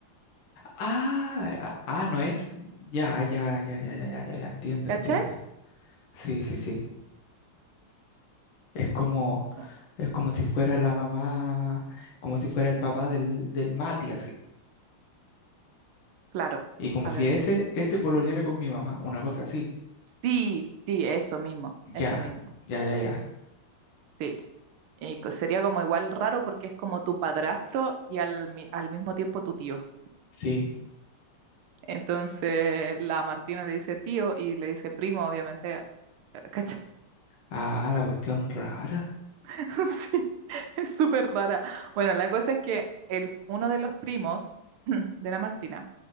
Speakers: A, on the left; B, on the right.
A: ah, ya, ah, no es. Ya, ya, ya, ya, ya, ya, ya, ya, entiendo,
B: ¿cachai?
A: entiendo. Sí, sí, sí. Es como,
B: Mm,
A: es como si fuera la mamá, como si fuera el papá del, del Mati, así.
B: Claro,
A: Y como
B: a
A: si
B: ver.
A: ese, ese pololeara con mi mamá, una cosa así.
B: Sí, sí, eso mismo,
A: Ya,
B: eso mismo,
A: ya, ya, ya.
B: sí. Y co- sería como igual raro porque es como tu padrastro y al, mi- al mismo tiempo tu tío.
A: Sí.
B: Entonces la Martina le dice tío y le dice primo, obviamente, eh, ¿cachai?
A: Ah, la cuestión rara.
B: <laughs> Sí, es súper rara. Bueno, la cosa es que el, uno de los primos <clears throat> de la Martina